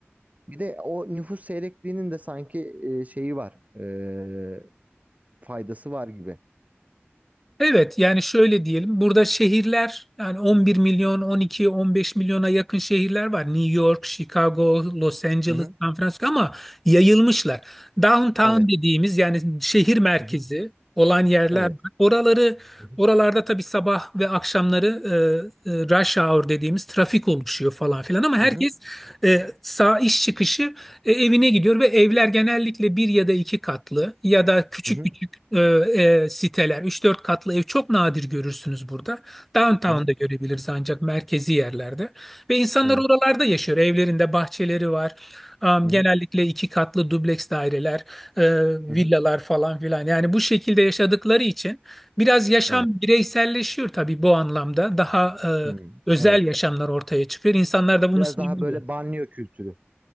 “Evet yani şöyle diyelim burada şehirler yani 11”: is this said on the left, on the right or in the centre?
Centre